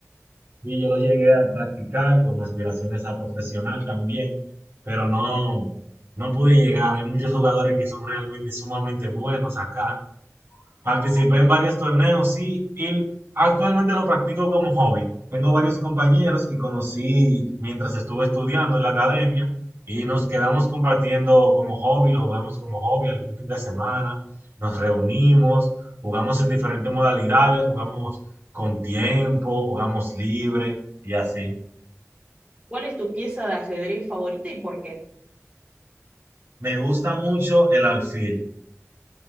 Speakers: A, on the right (about 45°); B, on the right (about 25°).
A: Y yo lo llegué a practicar con aspiraciones a profesional también, pero no, no pude llegar. Hay muchos jugadores que son realmente sumamente buenos acá Participé en varios torneos, sí, y actualmente lo practico como hobby. Tengo varios compañeros que conocí mientras estuve estudiando en la academia y nos quedamos compartiendo como hobby, lo jugamos como hobby algún fin de semana, nos reunimos, jugamos en diferentes modalidades, jugamos con tiempo, jugamos libre y así.
B: ¿Cuál es tu pieza de ajedrez favorita y por qué?
A: Me gusta mucho el alfil.